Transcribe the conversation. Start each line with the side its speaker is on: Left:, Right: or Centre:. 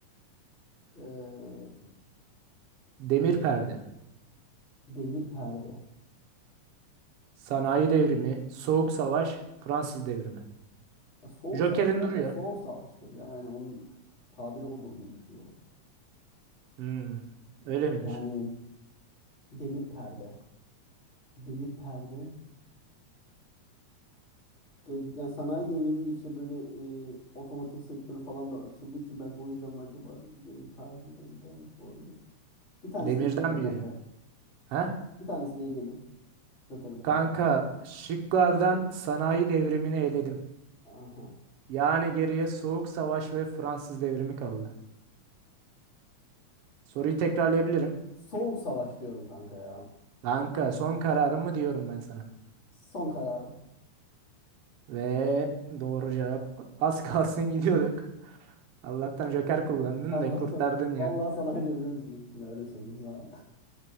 Left: Ee,
Right: Demir perde,
Left: demir perde.
Right: sanayi devrimi, Soğuk Savaş, Fransız devrimi.
Left: Ya soğuk
Right: Joker'in
Left: savaş zaten
Right: duruyor.
Left: soğuk savaştır. Yani onun tabiri odur diye düşünüyorum.
Right: Hmm, öyle midir?
Left: Yani demir perde. Demir perde. Ge- Yani sanayi devriminde işte böyle e, otomotiv sektörü falan da açıldığı için belki o yüzden mi acaba demir perde den- denmiş olabilir. Bir tanesini
Right: Demirden
Left: eleyelim
Right: mi
Left: kanka.
Right: yürüyor? Ha?
Left: Bir tanesini eleyelim. Joker'imi
Right: Kanka
Left: kullandım.
Right: şıklardan sanayi devrimini eledim.
Left: Aha.
Right: Yani geriye Soğuk Savaş ve Fransız devrimi kaldı. Soruyu tekrarlayabilirim.
Left: Soğuk savaş diyorum kanka ya.
Right: Kanka son kararımı diyorum ben sana.
Left: Son kararım.
Right: Ve doğru cevap. Az kalsın gidiyorduk. Allah'tan Joker kullandın
Left: Allah'tan.
Right: da kurtardın yani.
Left: Vallahi sanayi devrimi diyecektim ya öyle söyleyeyim sana.